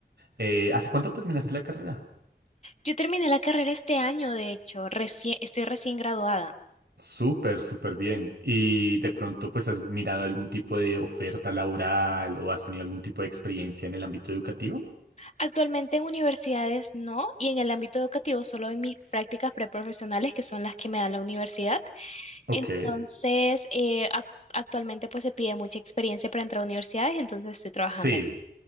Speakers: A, on the right (about 65°); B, on the left (about 40°).
A: Eh, ¿hace cuánto terminaste la carrera?
B: Yo terminé la carrera este año, de hecho, recién, estoy recién graduada.
A: Súper, súper bien. ¿Y de pronto pues has mirado algún tipo de oferta laboral o has tenido algún tipo de experiencia en el ámbito educativo?
B: Actualmente en universidades no, y en el ámbito educativo solo en mis prácticas preprofesionales, que son las que me da la universidad.
A: Ok.
B: Entonces, eh, ac- actualmente pues se pide mucha experiencia para entrar a universidades, entonces estoy trabajando
A: Sí,